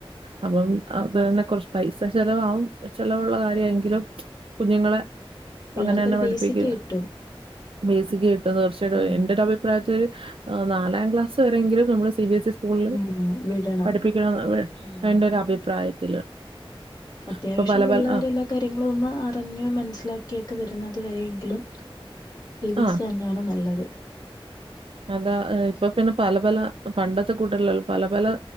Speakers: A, on the right; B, on the left.
A: അപ്പൊ അതൊന്ന് ആഹ് <unintelligible> കൊറച് പൈസ ചെലവാവും പൈസ ചെലവുള്ള കാര്യവാ എങ്കിലും മ്ച്ചും കുഞ്ഞുങ്ങളെ അപ്പങ്ങനെന്നെ
B: പിള്ളേർക്കൊരു
A: പഠിപ്പിക്കാ
B: ബേസിക് കിട്ടും
A: ബേസിക്ക് കിട്ടും തീർച്ചയായിട്ടും
B: ഉം
A: എന്റൊരഭിപ് പ്രായത്തിലൊരു നാലാം ക്ലാസ് വരെങ്കിലും നമ്മള് C B S E C സ്കൂളില്
B: ഉം വിടണം
A: പഠിപ്പിക്കണം ന്നാണ്
B: ഉം
A: എന്റെ ഒരു അഭിപ്രായത്തില്.
B: അത്യാവശ്യം
A: ഇപ്പൊ പല
B: പിള്ളേരെ
A: പല ആ
B: ല്ലാ കാര്യങ്ങളും ഒന്ന് അറിഞ്ഞ് മനസ്സിലാക്കിയൊക്കെ വരുന്നത് വരെങ്കിലും. സി ബി
A: ആ
B: എസ് ഇ തന്നെയാണ് നല്ലത്
A: അതാ ഹ് ഇപ്പൊ പിന്നെ പല പല പണ്ടത്തെ <unintelligible> പല പല